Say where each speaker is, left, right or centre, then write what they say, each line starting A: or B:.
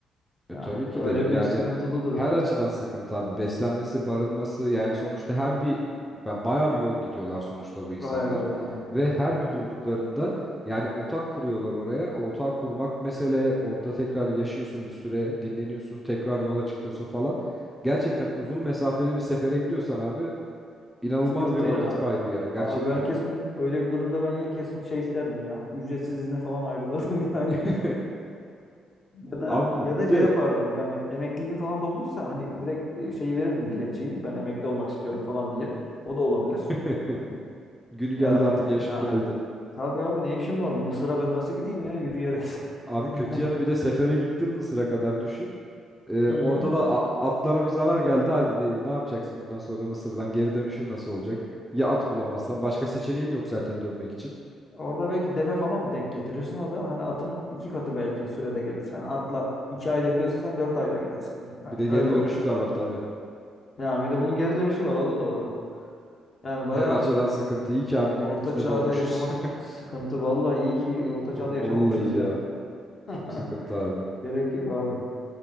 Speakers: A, in the centre; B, on the left.
A: E
B: Yani
A: tabii ki
B: öyle
A: de yani
B: bir sıkıntılı durum.
A: her açıdan sıkıntı abi. Beslenmesi, barınması yani sonuçta her bir ba- bayağı bir yol gidiyorlar sonuçta bu insanlar.
B: Oraya gidiyorlar hani.
A: Ve her bir durduklarında yani otak kuruyorlar oraya. O otağı kurmak mesele. Orada tekrar yaşıyorsun bir süre, dinleniyorsun, tekrar yola çıkıyorsun falan. Gerçekten uzun mesafeli bir sefere gidiyorsan abi İnanılmaz
B: Sıkıntı
A: bir vakit
B: ya.
A: kaybı ya gerçekten.
B: Abi ben kesin öyle bir durumda ben ya kesin şey isterdim ya. Ücretsiz izne falan ayrılırdım <laughs> yani.
A: <laughs>
B: Ya da
A: Abi
B: ya da
A: bir
B: şey
A: de
B: yapardım yani emekliliğim falan da olduysa hani direkt e, şey verirdim dilekçeyi ben emekli olmak istiyorum falan diye. O da olabilir.
A: <laughs> günü geldi
B: Yani
A: artık yaşım
B: ya
A: geldi.
B: tabii abi ne işim var Mısır'a ben nasıl gideyim ya yürüyerek.
A: Abi
B: <laughs>
A: kötü yanı bir de sefere gittim Mısır'a kadar düşün. Ee,
B: Hı.
A: orada da a- atlara bir zarar geldi. Hadi ne yapacaksın ondan sonra Mısır'dan geri dönüşün nasıl olacak? Ya at bulamazsan başka seçeneğin yok zaten dönmek için.
B: Orada belki deve falan mı denk getirirsin o da hani atın iki katı belki sürede gelir. Yani atla iki ayda gidiyorsa sen dört ayda gidersin.
A: Bir
B: Yani
A: de geri
B: öyle
A: dönüşü
B: olabilir.
A: de var tabii.
B: Yani bir de bunun geri dönüşü var o da doğru. Yani baya
A: Her Evet. açıdan sıkıntı. İyi ki abi günümüzde
B: orta çağda
A: doğmuşuz.
B: yaşamak sıkıntı. Vallahi iyi ki
A: <laughs>
B: orta
A: Vallahi
B: çağda yaşamamışız ya.
A: ya.
B: <laughs>
A: Çok sıkıntı abi.
B: Gerek yok abi.